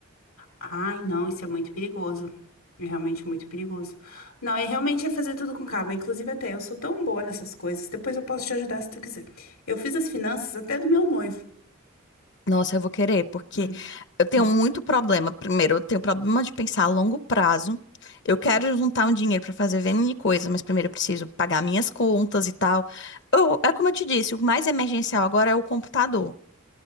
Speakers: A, on the left (about 85°); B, on the left (about 55°).
A: Ai, não, isso é muito perigoso. É realmente muito perigoso. Não, é realmente é fazer tudo com calma. Inclusive, até eu sou tão boa nessas coisas. Depois eu posso te ajudar se tu quiser. Eu fiz as finanças até do meu noivo.
B: Nossa, eu vou querer, porque
A: Hum,
B: eu tenho
A: hum,
B: muito problema. Primeiro, eu tenho problema de pensar a longo prazo. Eu quero juntar um dinheiro para fazer N coisa, mas primeiro eu preciso pagar minhas contas e tal. Eu- é como eu te disse, o mais emergencial agora é o computador.